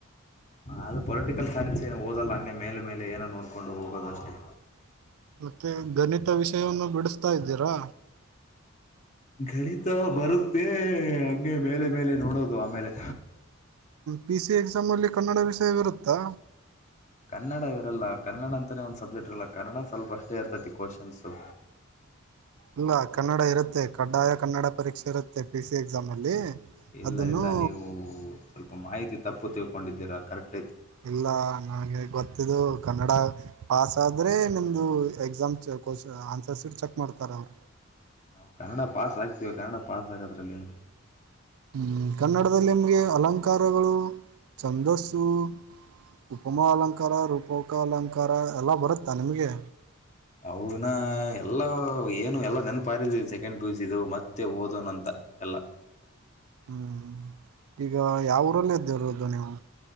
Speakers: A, on the left; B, on the right.
A: ಅದು ಪೊಲಿಟಿಕಲ್ ಸೈನ್ಸ್ ಏನ ಓದಲ್ಲ ಹಂಗೆ ಮೇಲೆ ಮೇಲೆ ಏನೋ ನೋಡ್ಕೊಂಡು ಹೋಗೋದಷ್ಟೆ.
B: ಮತ್ತೆ ಗಣಿತ ವಿಷಯವನ್ನು ಬಿಡಿಸ್ತಾ ಇದ್ದೀರಾ.
A: ಗಣಿತ ಬರುತ್ತೆ ಹಂಗೆ ಮೇಲೆ ಮೇಲೆ. ನೋಡೋದು ಆಮೇಲೆ.
B: ಪಿಸಿ ಎಕ್ಸಾಮಲ್ಲಿ ಕನ್ನಡ ವಿಷಯವಿರುತ್ತಾ.
A: ಕನ್ನಡ ಇರಲ್ಲ ಕನ್ನಡ ಅಂತಲೇ ಒಂದು ಸಬ್ಜೆಕ್ಟ್ ಇರಲ್ಲ ಕನ್ನಡ ಸ್ವಲ್ಪ ಅಷ್ಟೇ ಇರ್ತೈತಿ ಕೋಶನ್ಸೂ.
B: ಇಲ್ಲ ಕನ್ನಡ ಇರುತ್ತೆ ಕಡ್ಡಾಯ ಕನ್ನಡ ಪರೀಕ್ಷೆ ಇರುತ್ತೆ ಪಿ ಸಿ ಎಕ್ಸಾಮ್ ಅಲ್ಲಿ.
A: ಇಲ್ಲ
B: ಅದನ್ನು
A: ಇಲ್ಲ ನೀವು ಮಾಹಿತಿ ತಪ್ಪು ತಿಳ್ಕೊಂಡಿದ್ದೀರಾ ಕರೆಕ್ಟ್
B: ಇಲ್ಲ ನನಗೆ ಗೊತ್ತಿದ್ದು ಕನ್ನಡ ಪಾಸಾದ್ರೆ ನಿಮ್ಮದು ಎಕ್ಸಾಮ್ ಕ್ ಆನ್ಸರ್ಸ್ ಶೀಟ್ ಚೆಕ್ ಮಾಡ್ತಾರೆ ಅವರ.
A: ನಾವು ಕನ್ನಡ ಪಾಸ್ ಆಗ್ತಿವಿ ಕನ್ನಡ ಪಾಸ್ ಆಗದ್ರಲ್ಲಿ
B: ಹ ಕನ್ನಡದಲ್ಲಿ ನಿಮಗೆ ಅಲಂಕಾರಗಳು ಛಂದಸ್ಸು ಉಪಮಾ ಅಲಂಕಾರ ರೂಪಕ ಅಲಂಕಾರ ಎಲ್ಲ ಬರುತ್ತಾ ನಿಮಗೆ.
A: ಅವನ ಎಲ್ಲ ಏನು ಎಲ್ಲ ನೆನ್ಪಾರಿದ್ವಿ ಸೆಕೆಂಡ್ ಪಿಯುಸಿ ದೊಳಗ್ ಮತ್ತೆ ಓದನ ಅಂತ ಎಲ್ಲಾ.
B: ಹ್ಮ್ ಈಗ ಯಾವ ಊರಲ್ಲ ಇದ್ದಿರೋದು ನೀವು